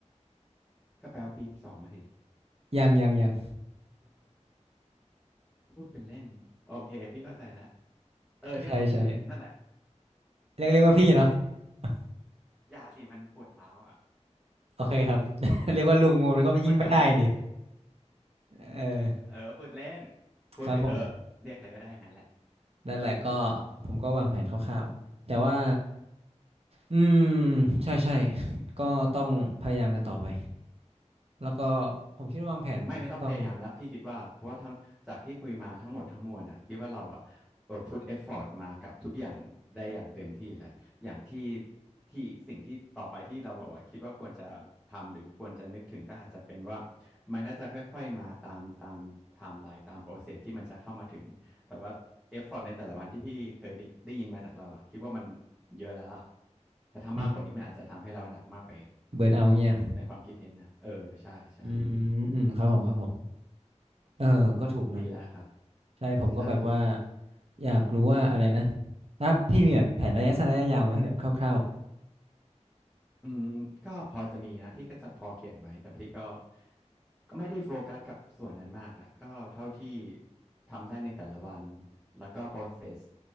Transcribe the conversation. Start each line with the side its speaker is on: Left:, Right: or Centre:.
Centre: ก็แปลว่าปีสองะสิ
Right: ยังยังยัง
Centre: พูดเป็นเล่นโอเคพี่เข้าใจแล้วเออเรียกว่านั่นแหละ
Right: ใช่ใช่เรียกเรียกว่าพี่เนาะ <laughs>
Centre: อย่าสิมันปวดร้าวอ่ะ
Right: โอเคครับ <laughs> เรียกว่าลุงผมก็ยิ่งไม่ได้ดิ
Centre: <laughs> มันก็
Right: เออ
Centre: <laughs> เออพูดเล่นพูดไปเหอะเรียกอะไรก็ได้งั้นแหละ
Right: ครับผมนั่นแหละก็ผมก็วางแผนคร่าวๆแต่ว่าอืมใช่ใช่ก็ต้องพยายามกันต่อไปแล้วก็ผมคิดว่าวางแผนก็ต้อง
Centre: ไม่ไม่ต้องพยายามแล้วพี่คิดว่าเพราะว่าทั้งจากที่คุยมาทั้งหมดทั้งมวลอ่ะคิดว่าเราอ่ะเออพุทเอฟฟอร์ตมากับทุกอย่างได้อย่างเต็มที่แหล้วอย่างที่ที่สิ่งที่ต่อไปที่เราบอกว่าคิดว่าควรจะทำหรือควรจะนึกถึงก็อาจจะเป็นว่ามันก็จะค่อยๆมาตามตามไทม์ไลน์ตามโปรเซสที่มันจะเข้ามาถึงแต่ว่าเอฟฟอร์ตในแต่ละวันที่พี่เคยได้ได้ยินมาจากเราอ่ะคิดว่ามันเยอะแล้วล่ะแต่ถ้ามากกว่านี้มันอาจจะทำให้เราหนักมากไป
Right: อืมเบิร์นเอาท์เงี้ย
Centre: ในความคิดเห็นนะเออใช่ใช่
Right: อืมอืมครับผมครับผมเออก็ถูกนะ
Centre: ดีแล้วครับ
Right: ใช่ผมก็แบบว่า
Centre: ใช่
Right: อยากรู้ว่าอะไรนะถ้าพี่มีแบบแผนระยะสั้นระยะยาวไหมแบบคร่าว
Centre: อืมก็พอจะมีนะ พี่ก็จะพอเขียนไว้ แต่พี่ก็ก็ไม่ได้โฟกัสกับส่วนนั้นมากอะก็เท่าที่ทำได้ในแต่ละวัน แล้วก็ process